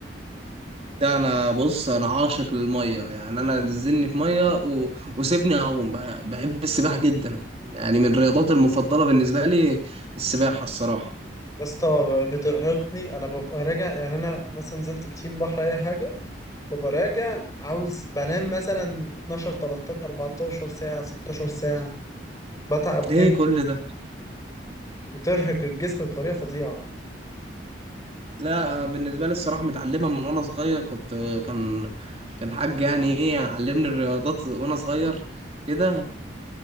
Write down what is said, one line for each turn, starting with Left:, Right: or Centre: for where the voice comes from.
Right: ده انا بص انا عاشق للميه يعني انا نزلني في ميه و... وسيبني اعوم بقى. بحب السباحه جدا يعني من الرياضات المفضله بالنسبه لي السباحه الصراحه
Left: يا اسطى بترهقني انا ببقى راجع يعني انا مثلا نزلت بسين بحر اي حاجة ببقى راجع عاوز بنام مثلا 12 13 14 ساعة 16 ساعة بتعب
Right: ليه
Left: جدا
Right: كل ده
Left: بترهق الجسم بطريقة فظيعة
Right: لا أنا بالنسبه لي الصراحه متعلمه من وانا صغير كنت كان كان حاج يعني ايه علمني الرياضات وانا صغير كده